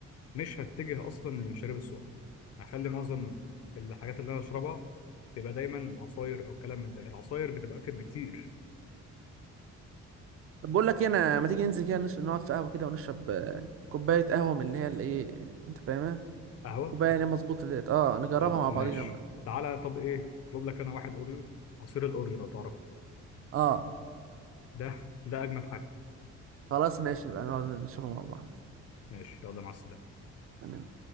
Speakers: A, on the left; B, on the right.
A: مش هتجه اصلا للمشاريب السخنه هخلي معظم الحاجات اللي انا اشربها تبقى دايما عصاير او كلام من ده العصاير بتبقى اكتر بكتير
B: طب بقول لك إيه، انا ما تيجي ننزل كده نش- نقعد في قهوه كده ونشرب آه، كوبايه قهوه من اللي هي الايه انت فاهمها
A: قهوه
B: كوبايه اللي هي مظبوطه ديت اه نجربها
A: طب
B: مع بعضينا
A: ماشي
B: بقى
A: تعالى طب ايه اطلب لك انا واحد اوريو عصير الاوريو لو تعرفه
B: اه
A: ده ده اجمد حاجه
B: خلاص ماشي نبقى نقعد نشربها مع بعض
A: ماشي يلا مع السلامه
B: تمام